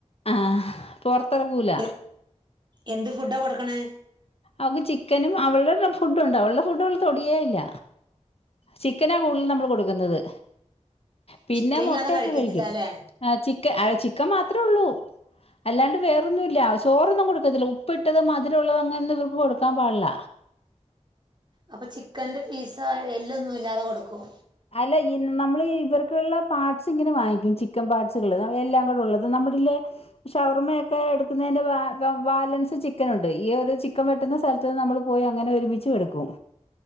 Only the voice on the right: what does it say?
എ- എന്ത് ഫുഡാണ് കൊടുക്കണെ
ചിക്കൻ
ഇല്ലാതെ കഴിക്കത്തില്ല
അല്ലേ
അപ്പൊ ചിക്കന്റെ പീസ എല്ലൊന്നും ഇല്ലാതെ കൊടുക്കുവോ